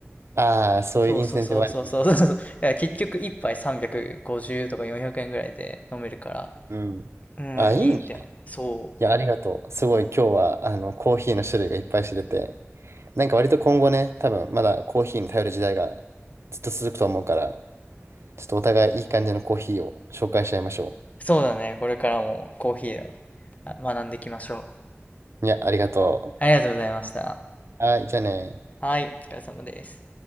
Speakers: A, on the right (about 65°); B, on the left (about 30°).
A: ああ、そういうインセンティブあるよね。
B: そうそうそうそうそうそうそう。だから結局1杯350とか400円ぐらいで飲めるから、
A: うん。
B: うん、
A: あ、いいね。
B: いいんだよね。そ
A: いや、ありがとう。すごい今日は、あの、コーヒーの種類がいっぱい知れて。なんか割と今後ね、多分まだコーヒーに頼る時代がずっと続くと思うから、ちょっとお互いいい感じのコーヒーを紹介しちゃいましょ
B: う。そうだね。これからもコーヒーをあ学んでいきましょう。
A: う。いや、ありがと
B: ありがとうございました。
A: う。はい、じゃあね
B: はい、お疲れ様です。